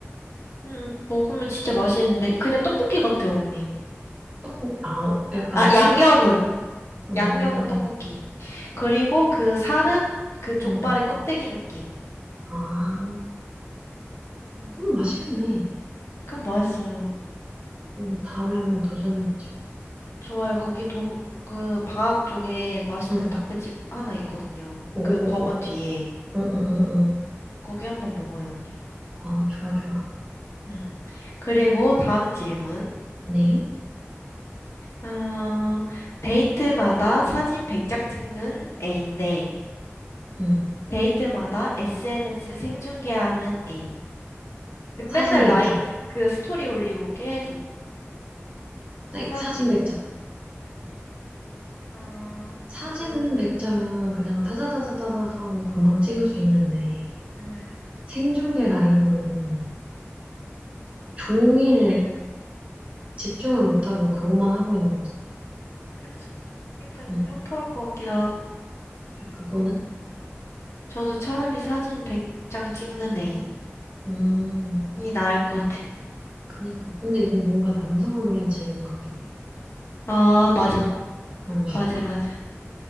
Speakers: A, on the left (about 65°); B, on the right (about 25°).
A: 음, 먹으면 진짜 맛있는데. 그냥 떡볶이 같아, 언니.
B: 떡국, 아, 약간
A: 아, 양념은.
B: 쫀득쫀득, 어,
A: 양념은 떡볶이. 그리고 그 살은 그 족발의
B: 응.
A: 껍데기 느낌.
B: 아,
A: 음,
B: 그럼 맛있겠네.
A: 그럼 맛있어요.
B: 응, 다음에 한번 도전해보지 뭐.
A: 좋아요. 거기 도보, 그 방학 쪽에 맛있는
B: 응.
A: 닭발집 하나 있거든요.
B: 오, 오,
A: 그 법원
B: 오, 오.
A: 뒤에.
B: 응, 응, 응, 응.
A: 거기 한번 먹어요, 언니.
B: 아, 좋아, 좋아.
A: 음. 그리고 다음 질문.
B: 네.
A: 어, 데이트마다 사진 100장 찍는 애인데,
B: 응.
A: 데이트마다 SNS 생중계하는 애인. 맨날
B: 사진 100장.
A: 라이, 그 스토리 올리고 계속 사진
B: 사진
A: 맺고.
B: 100장.
A: 아,
B: 사진
A: 나,
B: 100장은 그냥 타자타자타자 하고 금방 찍을 수 있는데,
A: 예,
B: 생중계 라이브는 종일 집중을 못하고 그것만 하고 있는 거잖아.
A: 그쵸. 약간
B: 응.
A: 현타 올 것 같기도 하고.
B: 그러니까 너는?
A: 저도 차라리 사진 100장 찍는 애인이
B: 음,
A: 나을 것 같아요.
B: 그니까. 근데 이건 뭔가 남성을 위한 질문 같기도.
A: 아, 맞아.
B: 어,
A: 맞아, 맞아.